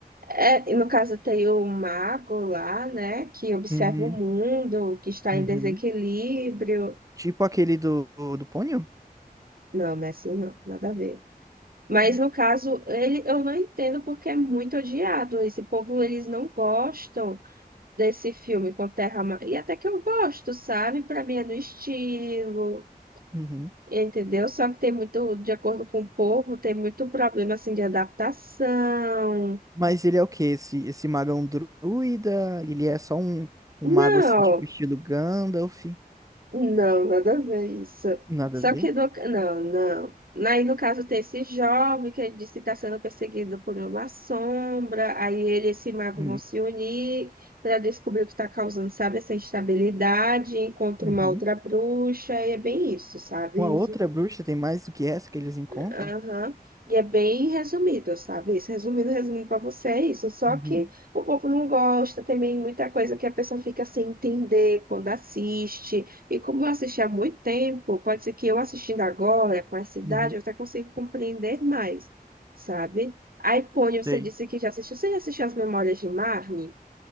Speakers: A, on the right; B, on the right.
A: É, e no caso tem o mago lá, né, que observa
B: Uhum,
A: o mundo, que está
B: uhum.
A: em desequilíbrio.
B: Tipo aquele do, do Ponyo?
A: Não, não é assim, não, nada a ver. Mas
B: É.
A: no caso, ele, eu não entendo porque é muito odiado. Esse povo, eles não gostam desse filme com Terra Ma- E até que eu gosto, sabe? Para mim é no estilo,
B: Uhum.
A: entendeu? Só que tem muito, de acordo com o povo, tem muito problema assim de adaptação.
B: Mas ele é o quê? Esse, esse mago é um druida? Ele é só um, um
A: Não.
B: mago assim, tipo estilo Gandalf?
A: Não, nada a ver isso.
B: Nada
A: Só
B: a ver?
A: que no... Não, não. Aí, no caso, tem esse jovem que ele diz que está sendo perseguido por uma sombra. Aí ele e esse mago
B: Uhum.
A: vão se unir para descobrir o que está causando, sabe, essa instabilidade. Encontra
B: Uhum.
A: uma outra bruxa. E é bem isso, sabe?
B: Uma outra bruxa tem mais do que essa que eles encontram?
A: Aham. E é bem resumido, sabe? Isso, resumindo, resumindo para você, é isso. Só
B: Uhum.
A: que o povo não gosta, também muita coisa que a pessoa fica sem entender quando assiste. E como eu assisti há muito tempo, pode ser que eu assistindo agora, com essa idade,
B: Uhum.
A: eu até consigo compreender mais, sabe? Aí, Pony, você
B: Sei.
A: disse que já assistiu. Você já assistiu As Memórias de Marnie?